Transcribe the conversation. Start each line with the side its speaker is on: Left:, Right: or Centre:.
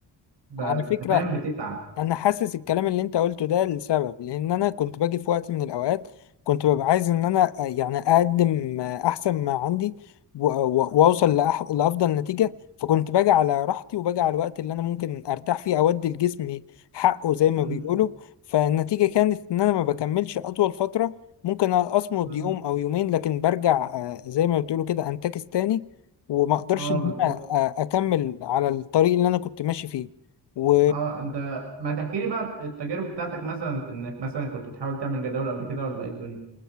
Right: ب... أنت
Left: على فكره
Right: فاهم بتتعب
Left: انا حاسس الكلام اللي انت قلته ده لسبب لان انا كنت باجي في وقت من الاوقات كنت ببقى عايز ان انا آه، يعني اقدم آه، احسن ما عندي و- و- واوصل لأح- لافضل نتيجه فكنت باجي على راحتي وباجي على الوقت اللي انا ممكن ارتاح فيه اودي لجسمي حقه زي ما
Right: مم.
Left: بيقولوا فالنتيجه كانت ان انا ما بكملش اطول فتره ممكن اصمد
Right: مم.
Left: يوم او يومين لكن برجع آه، زي ما بتقولوا كده انتكس تاني وما اقدرش
Right: أه
Left: ان
Right: بالظبط
Left: انا آه، اكمل على الطريق اللي انا كنت ماشي فيه و
Right: أه أنت ما تحكي لي بقى التجارب بتاعتك مثلا في إنك مثلا كنت بتحاول تعمل جداول قبل كده ولا إيه الدنيا؟